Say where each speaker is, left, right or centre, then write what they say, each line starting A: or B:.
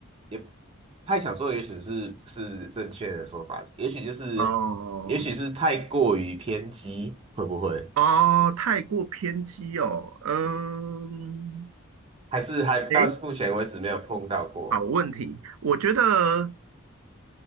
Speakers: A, on the right; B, on the right.
A: 也太小众，也许是不是正确的说法，也许就是也许是太过于偏激，
B: 哦
A: 会不会？
B: 哦，太过偏激哦，嗯，
A: 还是还到目前为止没有碰到过，
B: 诶，好问题，我觉得，